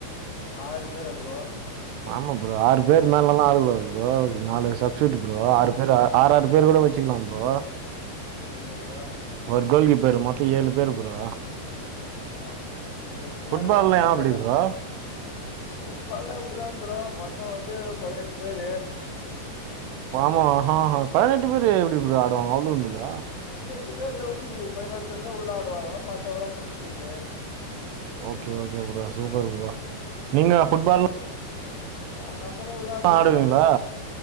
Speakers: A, on the left; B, on the right.
A: ஆறு பேர்ரா ப்ரோ
B: ஆமா ப்ரோ ஆறு பேர்
A: ம்ஹ்ம்.
B: மேல எல்லா ஆடக்கூடாது ப்ரோ நாலு சப்ஸ்டியுப் ப்ரோ ஆறு பேர் ஆறு ஆறு பேர் கூட வச்சுக்கலா ப்ரோ
A: அப்டியா ப்ரோ
B: ஒரு கோல்கீப்பரு மொத்த ஏழு பேரு ப்ரோ
A: ஆஹ்ஹ அப்ப இன்ட்ரெஸ்டிங்கா
B: ஃபுட்பால்ல
A: இருக்கு அந்த
B: ஏன் அப்படி
A: கேம்மு
B: ப்ரோ
A: ஃபுட்பால்லா அப்டிதா ப்ரோ மொத்த வந்து பதினெட்டு பேரு
B: ஆமா ஆஹ்ஹ பதினெட்டு பேரு எப்டி ப்ரோ ஆடுவாங்க அவ்ளோண்டுல
A: னெட்டு பேர்ல வந்து பதினோரு பேர்தான் உள்ளாடுவாங்க மத்தவங்கா substitute
B: okay okay bro super bro நீங்க ஃபுட்பால்லாம்
A: ஆமா ப்ரோ ஆ நம்மளு விளையாடுவோ
B: ஆடுவீங்களா
A: ப்ரோ ஸ்